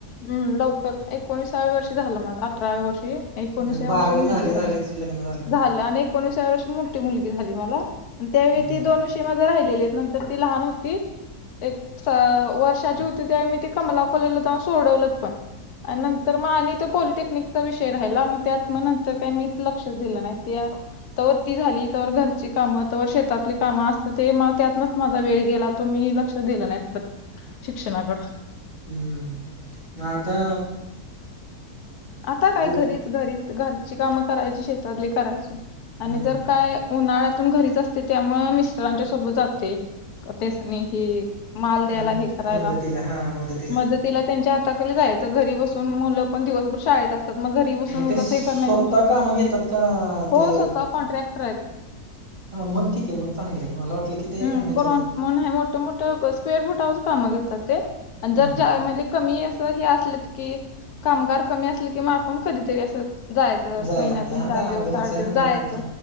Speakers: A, on the left (about 75°); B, on the right (about 30°).
A: हम्. लवकर एकोणसाव्या वर्षी झालं माझं, अठराव्या वर्षी. एकोणीसव्या
B: म्हणजे बारावी
A: वर्षी मुलगी
B: झाले
A: झाली,
B: झालेच लग्न हां
A: झालं आणि एक एकोणिसाव्या वर्षी मोठी मुलगी झाली मला आणि त्यावेळी
B: हम्म,
A: ती
B: हम्म.
A: दोन ते माझे राहिलेले आहेत. नंतर ती लहान होती एक अ वर्षाचीे होती त्यावेळी मी ते कमला कॉलेजला जाऊन सोडवलंत पण. आणि नंतर मग आणि तो पॉलिटेक्निकचा विषय राहिला. मग त्यात मग नंतर काय मी लक्षात दिलं नाही, तवर ती झाली तवर घरची. काम तवर शेतातली कामं असत, ते मग त्यातनच माझा वेळ गेला, तो मी लक्ष दिलं नाही परत. शिक्षणाकडं.
B: हम्म मग आता
A: आता काय
B: ओप
A: घरीच. घरीच घरची कामं करायची, शेतातली करायची
B: हम्म.
A: आणि जर काय उन्हाळ्यातून घरीच असते, त्यामुळे मिस्टरांच्या सोबत जाते. त्यासनी हे माल द्यायला,
B: मद
A: हे करायला
B: मदतीला हां मदतीला
A: मदत. तिला त्यांच्या हाताखाली जायचं, घरी बसून मुलं पण दिवसभर शाळेत असं. मग घरी बसून
B: ते
A: उगंच
B: स्वतः
A: हे करण्यापेक्षा,
B: कामं
A: ‌
B: घेतात का ते
A: हो स्वतः कॉन्ट्रॅक्टर आहेत.
B: हा मग ठीक आहे मग, चांगलंय मला वाटलं की.
A: हम्म
B: ते ह्याच्यात
A: को
B: आहेत
A: म्हणून हे मोठ मोठं स्क्वेअर फुटावरचं कामं घेतात ते आणि
B: हम्म.
A: जर ज्या म्हणजे कमी असं हे असलेत की, ‌कामगार कमी असले की मग आपण कधीतरी अस जायाचं
B: जायला
A: महिन्यातून
B: लागते हा
A: चार
B: दा
A: दिवस,
B: घरचं
A: आठ दिवस
B: आहे म्हटल्यानंतर
A: जायाचं